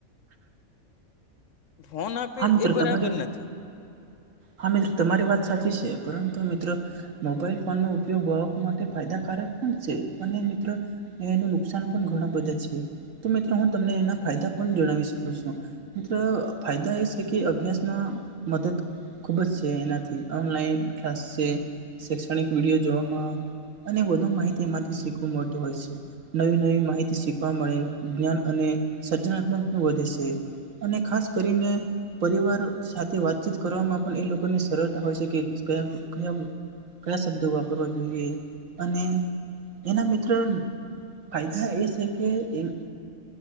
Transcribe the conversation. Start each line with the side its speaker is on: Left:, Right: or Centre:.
Left: ફોન આપે
Right: હા મિત્રો
Left: એ બરાબર
Right: તમારે
Left: નથી.
Right: હા મિત્રો તમારી વાત સાચી છે પરંતુ મિત્રો મોબાઈલ ફોન નો ઉપયોગ માટે ફાયદાકારક પણ છે અને મિત્રો એનું નુકસાન પણ ઘણા બધા છે તો મિત્રો હું તમને એના ફાયદા પણ જણાવી શકું છું મિત્ર ફાયદા એ છે કે અભ્યાસમાં મદદ ખુબ જ છે એનાથી ઓનલાઈન ક્લાસ છે શૈક્ષણિક વિડીયો જોવામાં અને વધુ માહિતી એમાંથી શીખું મળતું હોય છે. નવી નવી માહિતી શીખવા મળે જ્ઞાન અને સર્જનાત્મક વધે છે. અને ખાસ કરીને પરિવાર સાથે વાતચીત કરવાવામાં. પણ એ લોકોને સરળતા હોય છે કે કયા કયા કયા શબ્દો વાપરવા જોઈએ અને એના મિત્રો ફાયદા એ છે કે એમ